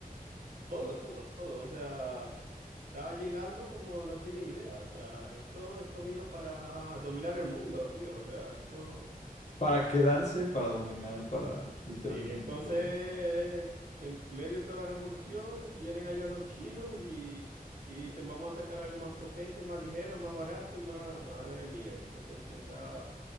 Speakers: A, on the right (about 65°); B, on the left (about 50°).
A: Todo, todo, todo. O sea, está llegando como no tienes idea. O sea, esto, esto vino para dominar el mundo, tío. O sea, esto...
B: Para quedarse, para dominar, para literalmente
A: Sí, entonces,
B: todo.
A: en medio de toda la revolución, vienen allá los chinos y, y dicen, vamos a sacar algo más potente, más ligero, más barato y más, madre mía. Y entonces empieza